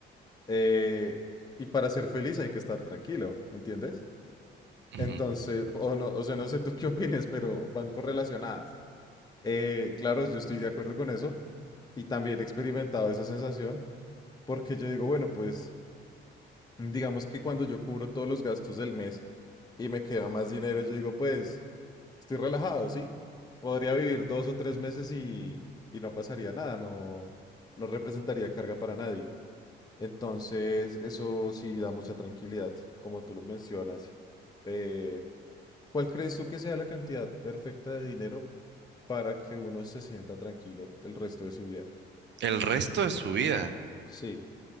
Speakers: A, on the left; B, on the right.
A: Eh, y para ser feliz hay que estar tranquilo, ¿entiendes?
B: ujú.
A: Entonces, o no, o sea, no sé tú qué opines, pero van correlacionadas. Eh, claro, yo estoy de acuerdo con eso y también he experimentado esa sensación porque yo digo, bueno, pues digamos que cuando yo cubro todos los gastos del mes y me queda más dinero, yo digo, pues estoy relajado, ¿sí? Podría vivir dos o tres meses y, y no pasaría nada, no, no representaría carga para nadie. Entonces, eso sí da mucha tranquilidad, como tú lo mencionas. Eh, ¿cuál crees tú que sea la cantidad perfecta de dinero para que uno se sienta tranquilo el resto de su vida?
B: El resto de su vida,
A: Sí,